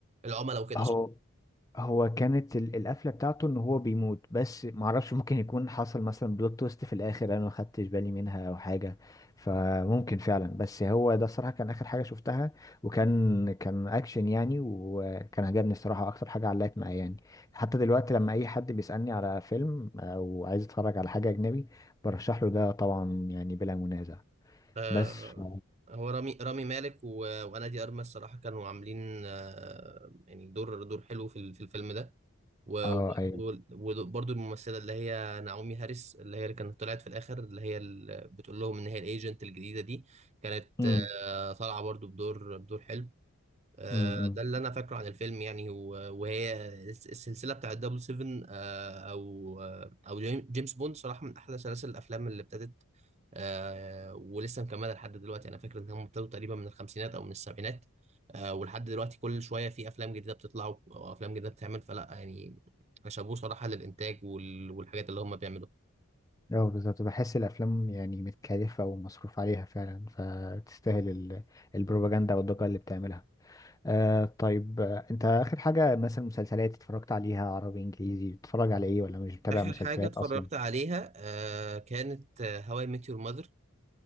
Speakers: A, on the right (about 30°); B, on the left (about 15°).
A: العملاء وكده
B: هو
A: صح
B: هو كانت ال- القفله بتاعته ان هو بيموت بس معرفش ممكن يكون حصل مثلا بلوت تويست في الاخر انا ما خدتش بالي منها او حاجه فممكن فعلا بس هو ده الصراحه كان اخر حاجه شفتها وكان كان اكشن يعني وكان عجبني الصراحه اكتر حاجه علقت معايا يعني حتى دلوقتي لما اي حد بيسالني على فيلم او عايز يتفرج على حاجه اجنبي برشح له ده طبعا يعني بلا منازع
A: آه
B: بس ف-
A: هو رامي رامي مالك و- وانا دي ارمس الصراحه كانوا عاملين آه يعني دور دور حلو في ال- في الفيلم ده وبرده
B: اه ايوه
A: الممثله اللي هي نعومي هاريس اللي هي اللي كانت طلعت في الاخر اللي هي اللي بتقول لهم ان هي الايجنت الجديده دي كانت
B: امم
A: آه، طالعه برده بدور بدور حلو آه،
B: امم، امم.
A: ده اللي انا فاكره عن الفيلم يعني و- وهي الس- السلسله بتاعت دبل سيفن او آه، او جيم- جيمس بوند صراحه من احلى سلاسل الافلام اللي ابتدت آه، ولسه مكمله لحد دلوقتي انا فاكر ان هم ابتدوا تقريبا من الخمسينات او من السبعينات آه، ولحد دلوقتي كل شويه في افلام جديده بتطلع و- وافلام جديده بتتعمل فلا يعني شابوه صراحه للانتاج وال- والحاجات اللي هم بيعملوها
B: اه بالظبط بحس الافلام يعني متكلفه ومصروف عليها فعلا فتستاهل ال- البروباجندا والضجه اللي بتعملها آه طيب آه، انت اخر حاجه مثلا مسلسلات اتفرجت عليها عربي انجليزي بتتفرج على ايه ولا مش بتابع
A: اخر
B: مسلسلات
A: حاجه اتفرجت
B: اصلا
A: عليها آه، كانت هواي ميت يور ماذر